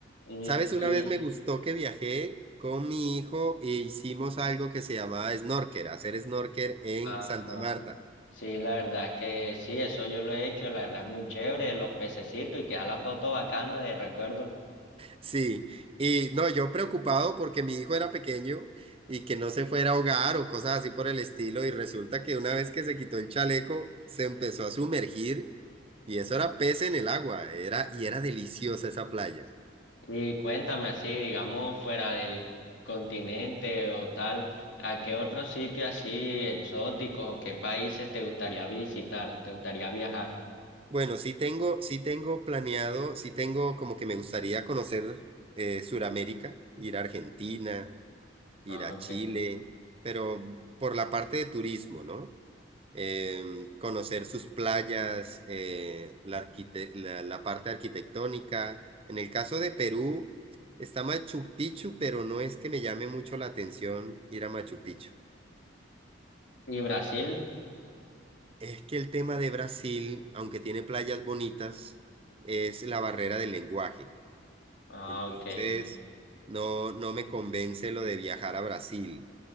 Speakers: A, on the left; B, on the right.
A: mm,
B: ¿Sabes?
A: y,
B: Una vez me gustó que viajé con mi hijo e hicimos algo que se llamaba snorker, hacer snorker en
A: ajá,
B: Santa Marta.
A: sí, la verdad es que sí, eso yo lo he hecho, la verdad es muy chévere, los pececitos y queda la foto bacana de recuerdo.
B: Sí, y no, yo preocupado porque mi hijo era pequeño y que no se fuera a ahogar o cosas así por el estilo, y resulta que una vez que se quitó el chaleco, se empezó a sumergir y eso era pez en el agua, era y era deliciosa esa playa.
A: Y cuéntame así, digamos, fuera del continente o tal, ¿a qué otro sitio así exóticos o qué países te gustaría visitar, te gustaría viajar?
B: Bueno, sí tengo, sí tengo planeado, sí tengo como que me gustaría conocer eh, Suramérica, ir a Argentina, ir
A: Ah,
B: a
A: ok.
B: Chile, pero por la parte de turismo, ¿no? Eh, conocer sus playas, eh, la, arquite- la, la parte arquitectónica. En el caso de Perú, está Machu Picchu, pero no es que me llame mucho la atención ir a Machu Picchu.
A: ¿Y Brasil?
B: Es que el tema de Brasil, aunque tiene playas bonitas, es la barrera del lenguaje.
A: Ah,
B: Entonces,
A: ok.
B: no, no me convence lo de viajar a Brasil.